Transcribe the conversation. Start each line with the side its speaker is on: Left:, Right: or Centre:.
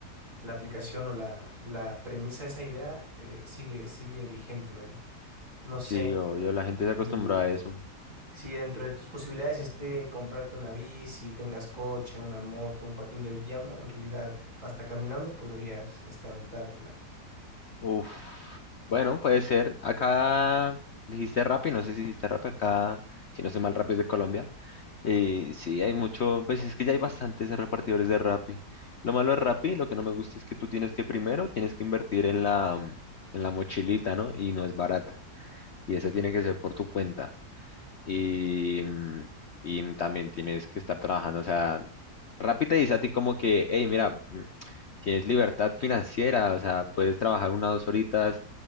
Right: la aplicación o la, la premisa, esa idea eh, sigue, sigue vigente, vaya. No sé
Left: Sí, obvio, la gente se
Right: si,
Left: acostumbra a eso.
Right: si dentro de tus posibilidades esté comprarte una bici, tengas coche, una moto, un patín del diablo. En realidad, hasta caminando podrías este, aventártela.
Left: Uf, bueno, puede ser. Acá dijiste Rappi, no sé si dijiste Rappi acá, si no soy mal, Rappi es de Colombia. Y sí, hay mucho, pues es que ya hay bastantes repartidores de Rappi. Lo malo de Rappi, lo que no me gusta es que tú tienes que primero, tienes que invertir en la, mm, en la mochilita, ¿no? Y no es barata. Y eso tiene que ser por tu cuenta. Y, mm, y también tienes que estar trabajando, o sea, Rappi te dice a ti como que, hey, mira. tienes libertad financiera, o sea, puedes trabajar una o dos horitas